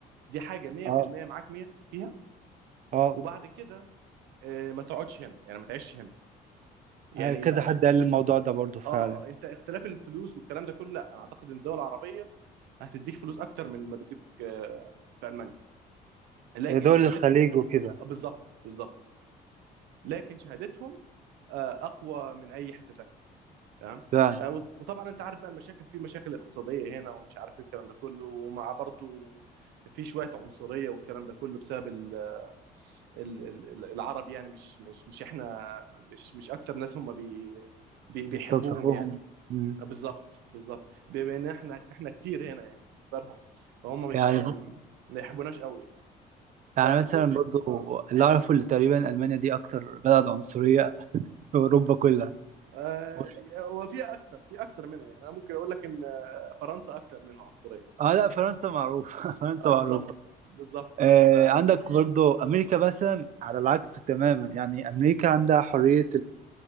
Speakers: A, on the right; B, on the right.
A: دي حاجه 100%
B: اه
A: معاك 100 فيها
B: اه
A: وبعد كده آه، ما تقعدش هنا يعني ما تعيش هنا يعني
B: آه، كذا حد قال لي الموضوع ده برضو فعلا
A: اه اه انت اختلاف الفلوس والكلام ده كله لا انا اعتقد ان الدول العربيه هتديك فلوس اكتر من ما بيديك آه، في المانيا لكن
B: آه، دول
A: شهادتهم
B: الخليج وكده
A: آه، بالظبط بالظبط لكن شهادتهم آه، اقوى من اي حته تانيه تمام
B: فعلا
A: آه، و- وطبعا انت عارف بقى المشاكل في مشاكل اقتصاديه هنا ومش عارف ايه الكلام ده كله ومع برضو في شويه عنصريه والكلام ده كله بسبب ال- ال- ال- العرب يعني مش مش مش احنا مش مش اكتر ناس هم بي بي- بيحبوهم
B: بيستلطفوهم
A: يعني
B: مم.
A: بالظبط بالظبط بما ان احنا احنا كتير هنا يعني بالنسبه لهم فهم مش
B: يعني
A: ما يحبوناش قوي يعني
B: يعني
A: ف
B: مثلا برضو
A: اه
B: اللي اعرفه اللي تقريبا المانيا دي اكتر بلد عنصريه في اوروبا كلها
A: آه،
B: و-
A: وفي اكتر في اكتر منها يعني انا ممكن اقول لك ان آه، فرنسا اكتر منهم عنصريه
B: اه لا فرنسا معروفه <laughs> فرنسا
A: اه بالظبط
B: معروفه
A: بالظبط
B: آه
A: ف
B: عندك برضو
A: مم.
B: امريكا مثلا على العكس تماما يعني امريكا عندها حريه